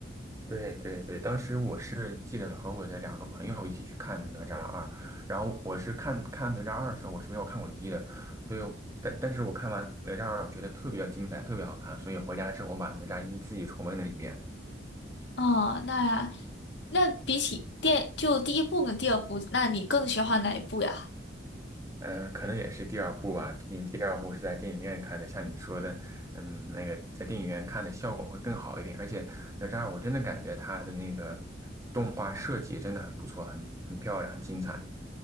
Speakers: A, on the right; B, on the left.
A: 对对对，当时我是记得和我的两个朋友一起去看《哪吒二》，然后我是看看《哪吒二》的时候，我是没有看过一的，所以但但是我看完《哪吒二》，觉得特别精彩，特别好看，所以回家之后我把《哪吒一》自己重温了一遍。
B: 哦，那那比起电就第一部跟第二部，那你更喜欢哪一部呀？
A: 嗯、呃可能也是第二部吧，毕竟第二部是在电影院看的，像你说的，嗯，那个在电影院看的效果会更好一点。而且哪吒二，我真的感觉它的那个动画设计真的很不错，很很漂亮，很精彩。